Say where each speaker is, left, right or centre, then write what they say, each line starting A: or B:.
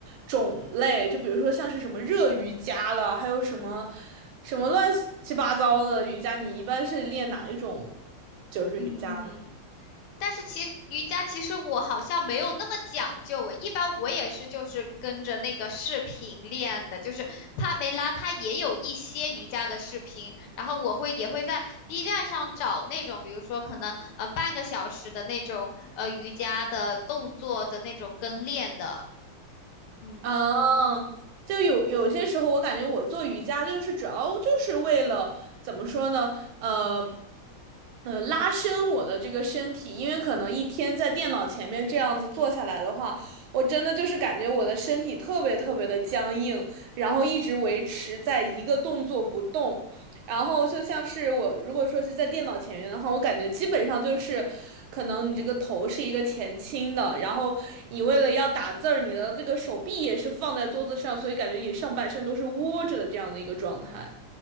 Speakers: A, on the right; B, on the left.
A: 种类，就比如说像是什么热瑜伽了，还有什么什么乱七八糟的瑜伽，你一般是练哪一种就是瑜伽呢？
B: 嗯，但是其瑜伽其实我好像没有那么讲究诶，一般我也是就是跟着那个视频练的，就是帕梅拉她也有一些瑜伽的视频，然后我会也会在 B 站上找那种，比如说可能呃半个小时的那种呃瑜伽的动作的那种跟练的，嗯。
A: 嗯，就有有些时候，我感觉我做瑜伽就是主要就是为了怎么说呢？呃，呃，拉伸我的这个身体，因为可能一天在电脑前面这样子坐下来的话，我真的就是感觉我的身体特别特别的僵硬，然后一直维持在一个动作不动，然后就像是我如果说是在电脑前面的话，我感觉基本上就是，可能你这个头是一个前倾的，然后你为了要打字儿，你的这个手臂也是放在桌子上，所以感觉你上半身都是窝着的这样的一个状态。